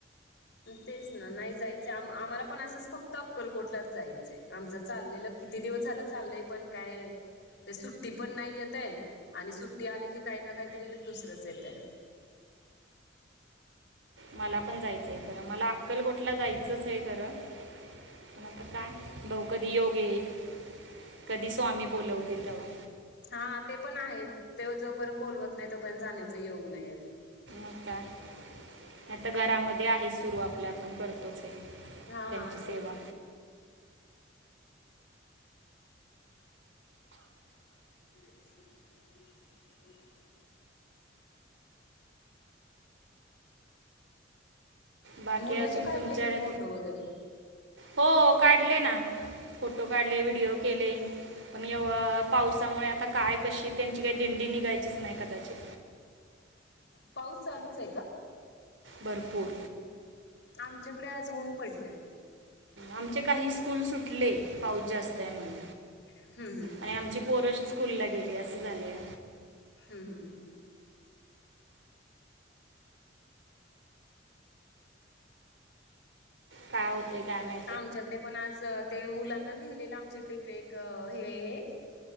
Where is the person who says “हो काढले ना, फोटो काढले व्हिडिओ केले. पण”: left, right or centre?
Right